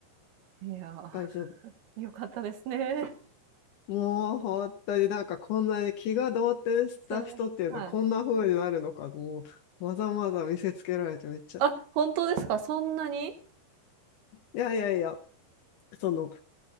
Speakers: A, on the right; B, on the left.
A: いや
B: 大丈夫。
A: ー、よかったですね。
B: もう、本当になんかこんなに気が動転した人っていうのはこんな風になるのか、
A: <laughs> すはい。
B: もう、わざわざ見せつけられてめっちゃ。
A: あ、
B: い
A: 本当ですか？そんなに？
B: やいやいや、その、